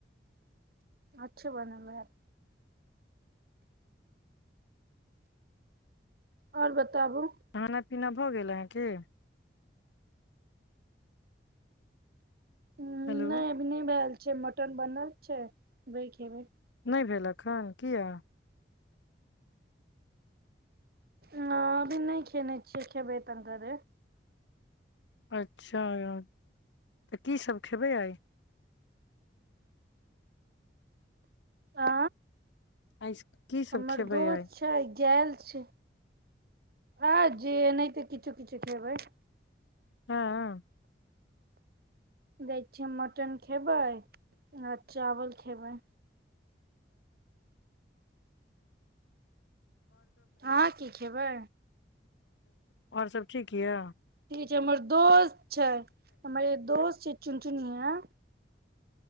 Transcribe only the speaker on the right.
अच्छे बनलै य आओर ब क ताबू
नहि
अभी नहि भेल छै छै मटन बनल छै भै खेबै
ह अभी नहि खेने छियै खेबै तन करे
आ
हमर
दोस्त
छै गेल छै आ जेना ते किछु किछु खेबै
दै छियै मटन खेबै आ चावल खेबै अहाँ की खेबै
च हमर दोस छै हमर दोस्त च चन सुनिया